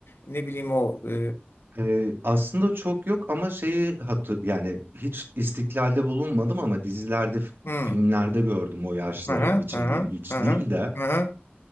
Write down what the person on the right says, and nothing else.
Ee, aslında çok yok ama şeyi hatır yani hiç istiklalde bulunmadım ama dizilerde f-
filmlerde gördüm o yaşlarım
için
diyeyim hiç
değil de